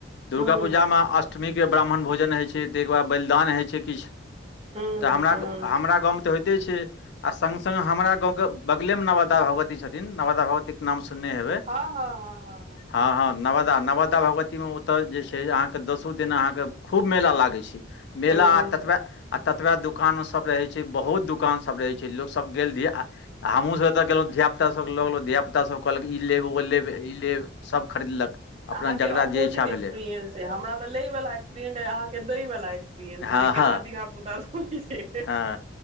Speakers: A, on the left; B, on the right.
A: दुर्गा
B: हँ
A: पूजा मे अष्ट अष्टमीके ब्राह्मण भोजन होइ छै ताहिके बाद बलिदान होइ छै किछु।
B: हँ
A: तऽ हमरा
B: हँ हँ
A: हमरा गाँवमे तऽ होइते छै आ सङ्ग सङ्ग हमरा गाँवके बगलेमे नवादा नवादा भगवती छथिन, नवादा भगवती के नाम सुनने हेबै
B: हँ हँ
A: हँ हँ नवादा नवादा भगवती मे ओतऽ जे छै अहाँ दसो दिन अहाँके खूब मेला लागै छै, मेला
B: हँ
A: आ ततबे आ ततबा दुकानो सब रहे छै बहुत दुकान सब रहे छै लोको सब गेल रहि हमहुँ सब ओतऽ गेलहुँ, धियाापुता सभ लऽ गेल धियापुता सभ कहलक ई लेब ओ लेब ई लेब सभ खरीदलक अपना
B: अहाँ के
A: जकरा
B: अपोजिट
A: जे इच्छा
B: एक्सपीरियंस
A: भेलै
B: अछि, हमरा तऽ लै वला एक्सपीरियंस अछि अहाँ के दै वला एक्सपीरियंस हन से
A: हँ
B: जे केना
A: हँ
B: धियापुता सब छै।
A: हँ